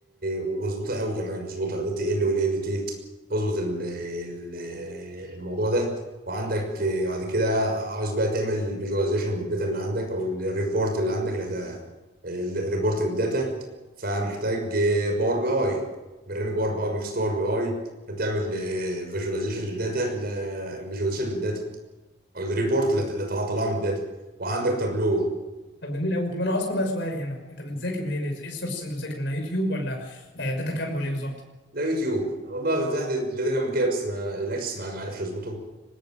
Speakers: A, on the right; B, on the left.
A: وظبطها قوي كمان اظبطها ات ال ولا ال تي اظبط ال... ال... الموضوع ده وعندك آه، بعد كده عاوز بقى تعمل فيجواليزيشن للداتا اللي عندك او الريبورت اللي عندك اللي هت... الريبورت للداتا فمحتاج باور بي اي برنامج باور بي اي مايكروسوفت باور بي اي تعمل فيجواليزيشن للداتا فيجواليزيشن للداتا او الريبورت اللي اللي طلع طلع من الداتا وعندك تابلو
B: طب جميل قوي طب انا اصلا بقى سؤالي هنا انت بتذاكر منين ايه السورس اللي انت بتذاكر منها يوتيوب ولا آه، داتا كامب ولا ايه بالظبط
A: لا يوتيوب والله فتحت الداتا كان بكده بس ما الاكسس ما ما عرفش اظبطه